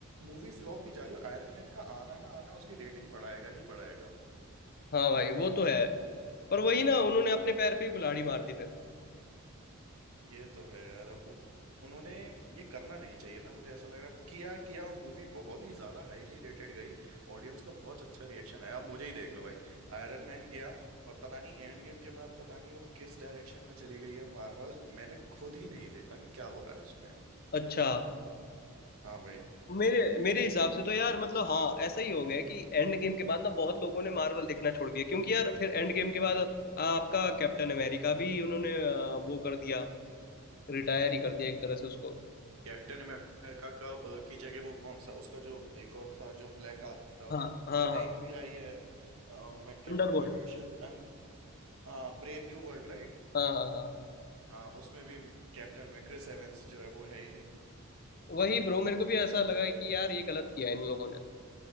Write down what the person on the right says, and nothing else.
मूवी फ्लॉप भी जा रही हो आयरन मैन का आना का आना उसकी रेटिंग बढ़ाएगा ही बढ़ाएगा
ये तो है यार अब वो उन्होंने ये करना नहीं चाहिए था मुझे ऐसा लग रहा है किया किया और मूवी बहुत ही ज्यादा हाईली रेटेड गई ऑडियंस का बहुत अच्छा रिएक्शन आया अब मुझे ही देख लो भाई आयरन मैन गया और पता नहीं एंड गेम के बाद पता नहीं वो किस डायरेक्शन में चली गई है मार्वल मैंने खुद ही नहीं देखा कि क्या हो रहा है उसमें
हाँ भाई
कैप्टन अमेरिका का अ, की जगह वो कौन सा उसका जो एक और था जो ब्लैक आदमी था
वो
जो नई
मूवी आई है अ, मैं कैप्टन
अमेरिका का शायद हाँ ब्रेव न्यू वर्ल्ड राइट
हाँ उसमें भी कैप्टन में क्रिस एवेंस जो है वो है ही नहीं